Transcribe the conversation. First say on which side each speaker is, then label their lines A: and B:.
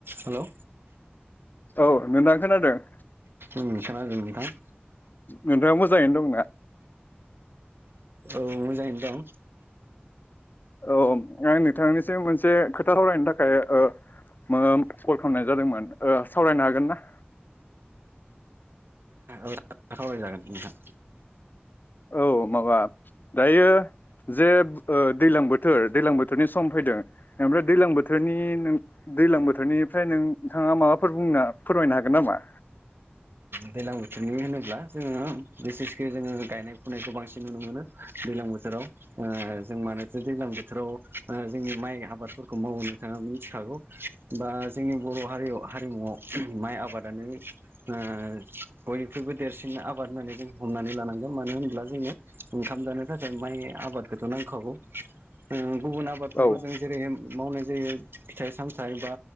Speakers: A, on the right (about 65°); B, on the left (about 50°).
A: Hello
B: औ नोंथाङा खोनादों?
A: उम खोनादों नोंथां।
B: नोंथाङा मोजाङैनो दंना?
A: औ मोजाङैनो दं
B: औ आं नोंथांनिसिम मोनसे खोथा रायलरायनो थाखाय ओ ओ कल खालामनाय जादोंमोन सावरायनो हागोन ना?
A: औ सावराय जागोन नोंथां।
B: औ माबा दायो। जे दैज्लां बोथोर दैलां बोथोरनि सम फैदों। ओमफ्राय दैलां बोथोरनि नों दैज्लां बोथोरनिफ्राय नोंथांङा माबाफोर बुंना फोरमायनो हागोन नामा?
A: दैजलां बोथोरनि होनोब्ला जोंङो बिसेसके जोंङो गायनाय फुनायखौ बांसिन नुनो मोनो। दैज्लां बोथोराव जों मानोथो दैज्लां बोथोराव जोंनि माइ आबादफोरखौ मावो नोंथांङा मिथिखागौ। बा जोंनि बर' हारियाव हारिमुवयाव माइ आबादानो ओ बयनिख्रुइबो देरसिन आबाद होननानै जों हमनानै लानांगोन मानो होनब्ला जोंङो ओंखाम जानो थाखाय माइ आबादखौथ' नांखागौ गुबुन आबादफोरखौ
B: औ
A: जों जेरै मावनाय जायो फिथाइ सामथाइ बा